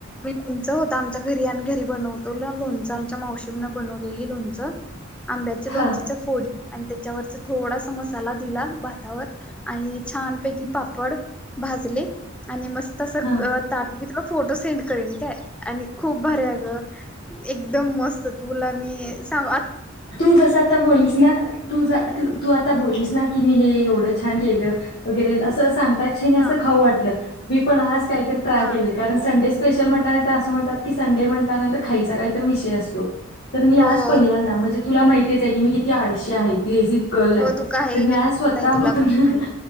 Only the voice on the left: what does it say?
हां,
हां.
तू जस आता बोललीस ना. तू तू आता बोललीस ना की मी हे एवढं छान केलं वगैरे असं सांगतात. <unintelligible> अस
खाऊ वाटलं मी पण आज काहीतरी ट्राय
केलेल. कारण संडे स्पेशल म्हटल्यानंतर असं म्हणतात की संडे म्हटल्यानंतर खायचा काहीत विषय असतो. तर मी आज
पहिल्यांदा म्हणजे तुला माहितीच आहे की मी किती आळशी आहे लेझी गर्ल आहे
तर मी
आज स्वतःहून